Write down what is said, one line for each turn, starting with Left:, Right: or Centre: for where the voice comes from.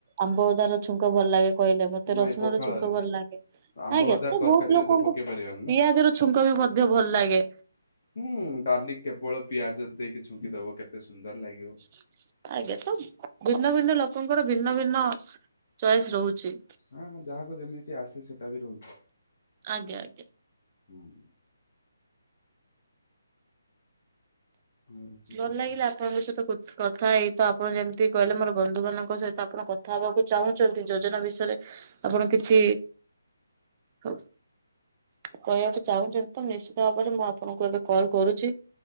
Right: ଆମ୍ବ ଅଦାର ଛୁଙ୍କ ଭଲ ଲାଗେ କହିଲେ ମତେ ମତେ
Left: ନାଇଁ
Right: ରସୁଣ
Left: ପଖାଳରେ
Right: ର ଝୁଙ୍କ ଭଲ ଲାଗେ।
Left: ଆମ୍ବ
Right: ଆଜ୍ଞା
Left: ଅଦା
Right: ତ
Left: ତରକାରୀରେ
Right: ବହୁତ ଲୋକଙ୍କୁ
Left: ତ ପକେଇ ପାରିବାନି ନା
Right: ପିଆ ଜର ଛୁଙ୍କ ବି ମଧ୍ୟ ଭଲ ଲାଗେ।
Left: ହୁଁ, ଡାଲି କେବଳ ପିଆଜ ଦେଇକି ଛୁଙ୍କିଦବ କେତେ ସୁନ୍ଦର ଲାଗିବ।
Right: <inaudible> ଆଜ୍ଞା ତ ଭିନ୍ନ ଭିନ୍ନ ଲୋକଙ୍କର ଭିନ୍ନ ଭିନ୍ନ ଚଏସ୍ ରହୁଛି।
Left: ହଁହଁ ଯାହାକୁ ଯେମିତି ଆସେ ସେଇଟା ବି ରହୁଛି।
Right: ଆଜ୍ଞା ଆଜ୍ଞା।
Left: ହୁଁ। ରହୁଛି
Right: ଭଲ
Left: କଥା
Right: ଲାଗିଲା ଆପଣଙ୍କ ସହିତ କଥ କଥା ହେଇ ତ ଆପଣ ଯେମିତି କହିଲେ ମୋର ବନ୍ଧୁ ବନ୍ଧୁ ମାନଙ୍କ ସହିତ ଆପଣ କଥା ହବାକୁ ଚାହୁଁଛନ୍ତି ଯୋଜନା ବିଷୟରେ ଆପଣ କିଛି ହଉ କହିବାକୁ ଚାହୁଁଛନ୍ତି ତ ନିଶ୍ଚିତ ଭାବରେ ମୁଁ ଆପଣଙ୍କୁ ଏବେ କଲ୍ କରୁଛି।